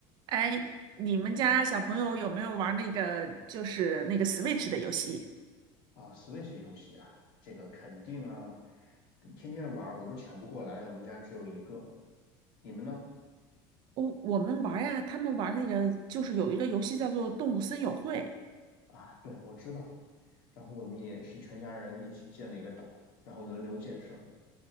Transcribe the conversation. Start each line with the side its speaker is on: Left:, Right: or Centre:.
Right: 哎，你们家小朋友有没有玩那个就是那个 Switch 的游戏？
Left: 啊，Switch 游戏啊，这个肯定啊，天天玩儿我都抢不过来，我们家只有一个。你们呢？
Right: 我我们玩呀，他们玩那个就是有一个游戏叫做《动物森友会》。
Left: 啊，对，我知道。然后我们也是全家人一起建了一个岛，然后轮流建设的。